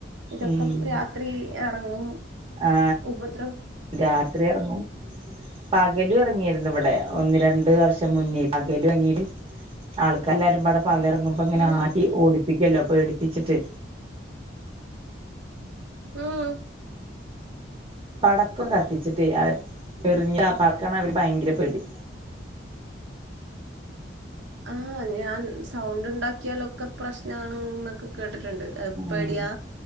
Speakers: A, on the right; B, on the right.
A: ഇതൊക്കെ
B: ഉം
A: പ് രാത്രി എറങ്ങും.
B: ആ,
A: ഉപദ്രവം
B: രാത്രി എറങ്ങും. പകലു എറങ്ങിയിരുന്നിവിടെ ഒന്ന് രണ്ട് വർഷം മുന്നേ പകലുറങ്ങിനും. ആൾക്കെരല്ലാരും പടെ പകലെ റെങ്ങുമ്പ ഇങ്ങനെ
A: ഉം
B: ആട്ടി ഓടിപ്പിക്കല്ലോ പേടിപ്പിച്ചിട്ട്.
A: ആ ഉ <inaudible> ഉം.
B: പടക്കം കത്തിച്ചിട്ടില്ല. അവര് എറിഞ്ഞ ഉപ്പാക്കാണ് അവര് ഭയങ്കര പേടി.
A: ആ, ഞാൻ സൗണ്ടു ണ്ടാക്കിയാലൊക്കെ പ്രശ്നാണ് ന്നൊക്കെ കേട്ടിട്ടുണ്ട്. ഇങ്ങക്ക്
B: ഉം
A: പേടിയാ